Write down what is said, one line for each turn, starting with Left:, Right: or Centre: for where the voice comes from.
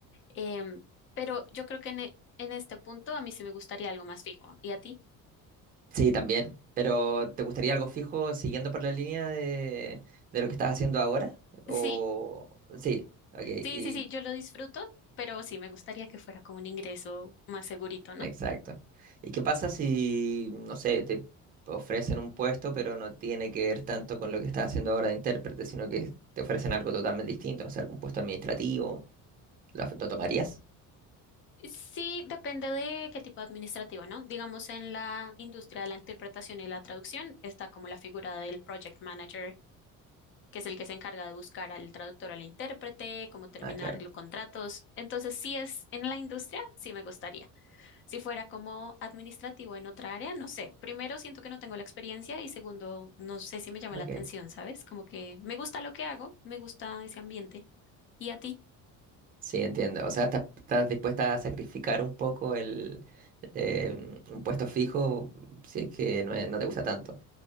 Left: Em, pero yo creo que en, e- en este punto a mí sí me gustaría algo más fijo. ¿Y a ti?
Right: Sí, también. Pero ¿te gustaría algo fijo siguiendo por la línea de, de lo que estás haciendo ahora? O
Left: Sí,
Right: sí, ok,
Left: sí,
Right: y
Left: sí, sí, yo lo disfruto, pero sí me gustaría que fuera como un ingreso más segurito, ¿no?
Right: exacto. ¿Y qué pasa si, no sé, te ofrecen un puesto, pero no tiene que ver tanto con lo que estás haciendo ahora de intérprete, sino que te ofrecen algo totalmente distinto, no sé, algún puesto administrativo? ¿Lo, lo tomarías?
Left: Sí, depende de qué tipo de administrativo, ¿no? Digamos, en la industria de la interpretación y la traducción está como la figura del project manager, que es el que se encarga de buscar al traductor, al intérprete, cómo terminar
Right: Ah, claro.
Left: los contratos. Entonces, si es en la industria, sí me gustaría. Si fuera como administrativo en otra área, no sé. Primero, siento que no tengo la experiencia y segundo, no sé si me llama
Right: Ok.
Left: la atención, ¿sabes? Como que me gusta lo que hago, me gusta ese ambiente. ¿Y a ti?
Right: Sí, entiendo. O sea, estás, estás dispuesta a sacrificar un poco el, em, un puesto fijo si es que no es- no te gusta tanto.